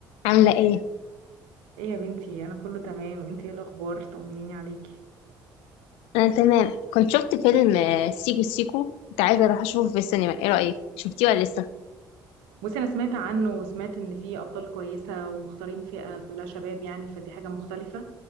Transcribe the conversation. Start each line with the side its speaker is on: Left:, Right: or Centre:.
Left: عاملة ايه؟
Right: ايه يا بنتي انا كله تمام انتي ايه الاخبار طمنيني عليكي
Left: أنا تمام كنت شفت فيلم آه، سيكو سيكو كنت عايزة أروح أشوفه في السينما ايه رأيك؟ شفتيه ولا لسه؟
Right: بصي انا سمعت عنه وسمعت ان فيه ابطال كويسه ومختارين فئه كلها شباب يعني فدي حاجه مختلفه